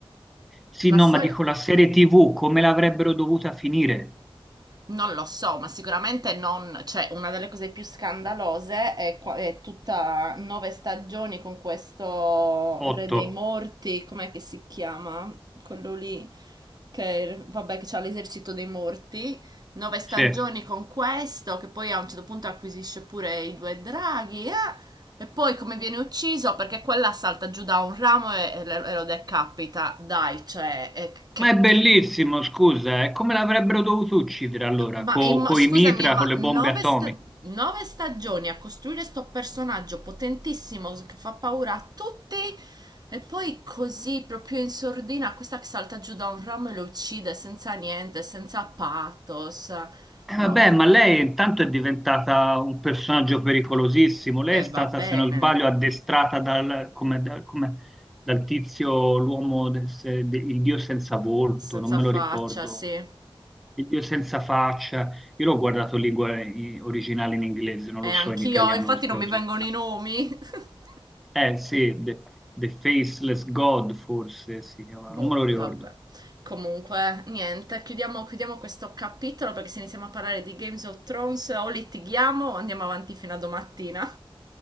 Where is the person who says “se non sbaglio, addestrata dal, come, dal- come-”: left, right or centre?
Centre